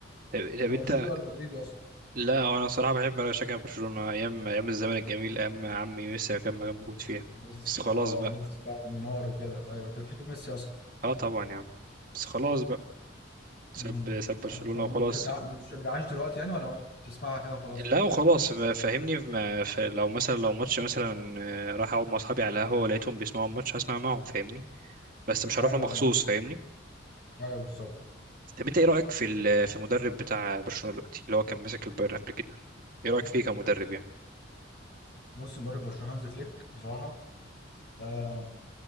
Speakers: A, on the right; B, on the left.
A: طب
B: انت
A: انت
B: برشلونه ولا مدريدي اصلا
A: لا هو انا صراحه بحب اشجع برشلونه ايام ايام الزمن الجميل ايام عمي ميسي كان موجود فيها
B: ميسي
A: بس خلاص
B: اه
A: بقى
B: ميسي بقى ونيمار وكده ايوه انت بتحب ميسي اصلا
A: اه طبعا يا عم بس خلاص بقى ساب
B: مم.
A: ساب برشلونة
B: طب
A: وخلاص
B: ما بتشجع ما بتشجعهاش دلوقتي يعني ولا برضه بتسمعها كده وخلاص؟
A: لا وخلاص ما- فاهمني ما ف... لو مثلا لو ماتش مثلا آه، راح اقعد مع اصحابي على القهوة ولقيتهم بيسمعوا الماتش هسمع معاهم فاهمني بس مش
B: ايوه
A: هروح له مخصوص
B: ايوه
A: فاهمني
B: ايوه بالظبط
A: طب انت ايه رأيك في ال... في المدرب بتاع برشلونة دلوقتي اللي هو كان ماسك البايرن قبل كده ايه رأيك فيه كمدرب
B: بص
A: يعني
B: بص، مدرب برشلونه هانز فليك بصراحه آه